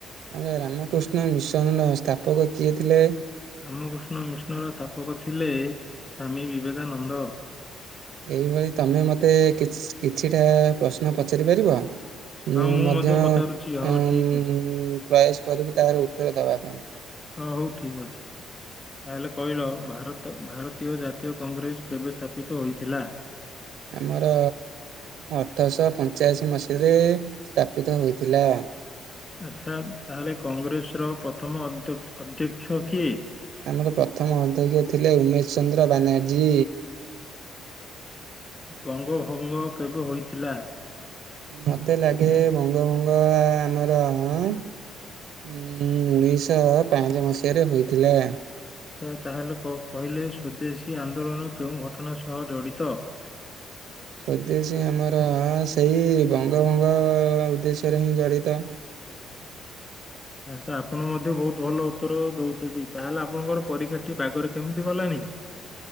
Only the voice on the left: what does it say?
ରାମକୃଷ୍ଣ ମିଷ୍ଣର ସ୍ଥାପକ ଥିଲେ ସ୍ଵାମୀ ବିବେକାନନ୍ଦ।
ହଁ
ପଚାରୁଛି
ହଁ ଠିକ ଅଛି
ହଁ ହଉ ଠିକ ଅଛି। ତାହେଲେ କହିଲ ଭାରତ ଭାରତୀୟ ଜାତୀୟ କଂଗ୍ରେସ କେବେ ସ୍ଥାପିତ ହୋଇଥିଲା।
ଆଚ୍ଛା ତାହେଲେ କଂଗ୍ରେସର ପ୍ରଥମ ଅଧ୍ୟ ଅଧ୍ୟକ୍ଷ କିଏ।
ବଙ୍ଗ ଭଙ୍ଗ କେବେ ହୋଇଥିଲା।
ଆଛା ତାହେଲେ କ କହିଲେ ସ୍ଵଦେଶୀ ଆନ୍ଦୋଳନ କେଉଁ ଘଟଣା ସହ ଜଡିତ।
ଆଚ୍ଛା ଆପଣ ମଧ୍ୟ ବହୁତ ଭଲ ଉତ୍ତର ଦେଉଛନ୍ତି ତାହେଲେ ଆପଣଙ୍କର ପରୀକ୍ଷାଟି ବାଗରେ କେମିତି ଗଲାନି।